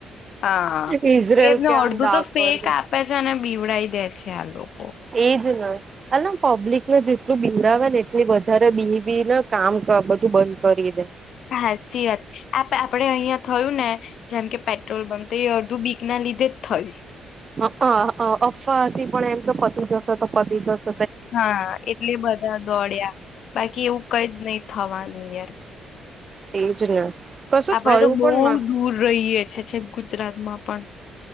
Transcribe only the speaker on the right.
ઈઝરાયલ
કે આમ
ડાકર
કે
એજ ન અ લ પબ્લિકે જેટલું બીવડાવે ને એટલી વધારે બીય બી ને કામ ક બધું બંધ કરી દે
અ અ અફવાથી પણ એમ તો પતી જશે તો પતી જશ
એજ ને કશું
થયું
પણ ના